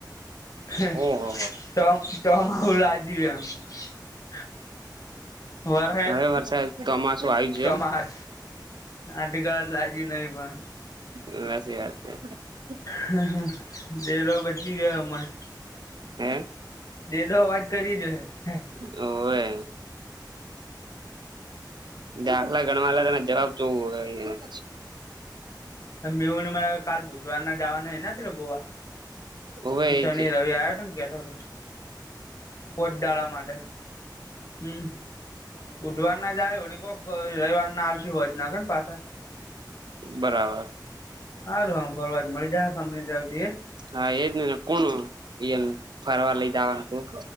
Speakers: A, on the left; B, on the right.
A: <unintelligible>
B: ઓહો હો
A: <inaudible> વરહે
B: હવે
A: એટલે
B: વરસાદ ચોમાસું આયી જુય
A: ચોમાહા આઠ કળા લાગ્યું નહી પણ
B: એમ હાચી વાતે
A: હ હ ડેરો બચી ગયો અમાર
B: હે
A: <unintelligible> હ હમ
B: હોવે દાખલા ગણવા આલેલાં એના જવાબ જોવું હવે અન્યા
A: મેહુલને મરા કાલ બુધવાર ના જવાનું હોય ને પેલા ગોવા
B: હોવે
A: શનિ
B: એ જ
A: રવિ આવ્યો તન કેતો હતો પોચ દાડા માટે હ બુધવાર ના જાય હોડી કોક રવિવાર ના આવશે હોજના કેને પાછા
B: બરાબર
A: હારું ઓમ ફરવા મળી જાય કંપની તરફથી હે
B: હા એજ નઈ ને કોણ ઈયન ફરવા લઈ જવાનું તું